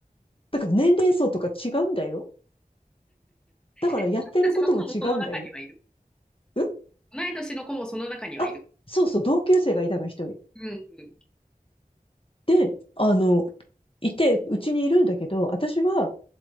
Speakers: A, on the left; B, in the centre.
A: だから年齢層とか違うんだよ。だからやってることも違うんだよ。
B: え、私たちの子もその中にはいる。
A: ん
B: 同い年の子もその中にはいる。
A: あ、そうそう、同級生がいたの、一人。
B: うんうん
A: で、あの、いて、うちにいるんだけど、私は